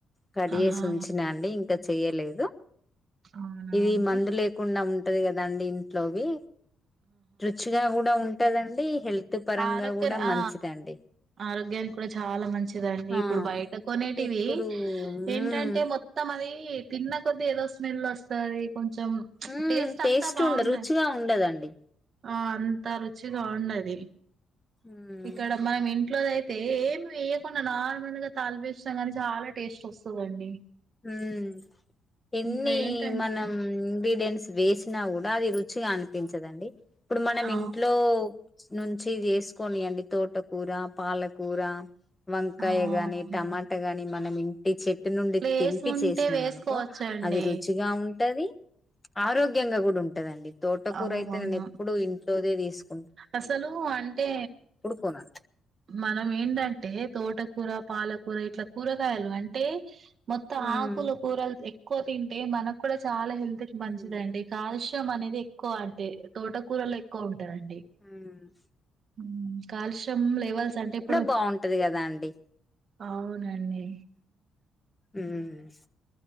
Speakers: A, on the left; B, on the right.
A: కడ్ చేసి
B: ఆహా
A: ఉంచినండి ఇంకా చెయలేదు
B: అవునా
A: ఇది
B: అండి
A: మందు లేకుండా ఉమ్ ఉంటది కదండి ఇంట్లోవి రుచిగా కూడా ఉంటదండి. హెల్త్ పరంగా
B: ఆరక్కర్
A: కూడా
B: ఆ
A: మంచిదండి
B: ఆరోగ్యానికి కూడా చాలా మంచిదండి.
A: ఆ
B: ఇప్పుడు బయట కొనేటివి
A: ఇప్పుడు మ్మ్
B: ఏంటంటే మొత్తం మది తిన్న కొద్ది ఏదో స్మెల్ వస్తది కొం చమ్ ప్చ్
A: మ్మ్
B: టేస్ట్ అంతా బావుంటది.
A: ఉండ రుచిగా ఉండదండి
B: ఆ అంతా రుచిగా ఉండది
A: మ్మ్
B: ఇక్కడ మనమ్ ఇంట్లోది అయి అయితే ఏమి వేయకుండా నార్మల్ గా తాలింపు వేసిన గానీ చాలా టేస్ట్ వస్తదండి.
A: ఉమ్ ఎన్ని
B: ఇంకా ఏంటంటే
A: మనం మ్ బిదేన్స్ వేసినా కూడా అది రుచిగా అనిపించదండి. ఇప్పుడు మనం
B: ఆ
A: ఇంట్లో నుంచి ఇది వేసుకోనియండి తోటకూర, పాలకూర వంకాయ
B: ఆ
A: గాని
B: అవును
A: టమాటా గాని మనం ఇంటి చెట్టు నుండి
B: ప్లేస్
A: తెంపి
B: ఉంటే
A: చేసినాం
B: వేసుకోవచ్చండి
A: అనుకో అది రుచిగా ఉంటది ఆరోగ్యంగా కూడా ఉంటదండి తోటకూర
B: ఆ
A: అయితే
B: అవును
A: నేను ఎప్పుడు ఇంట్లోదే తీసుకు
B: అసలు అంటే
A: కొనను
B: మనం ఏంటంటే తోట కూర పాలకూర ఇట్లా కూరగాయలు అంటే మొత్తం
A: హ్మ్
B: ఆకులు కూరల్ ఇ క్కువ తింటే మనక్ కూడా చాలా హెల్త్క్
A: హ్మ్
B: మంచిదండి. కాల్ష్ తో మనేది ఎక్కువంటే తోటకూరల్ ఎక్కువుంటాయండి.
A: ఊమ్
B: ఉమ్ కాలుష్యం లేవల్స్ అంటే ఇప్పుడు
A: బాగుంటది కదా అండి
B: అవునండి
A: హ్మ్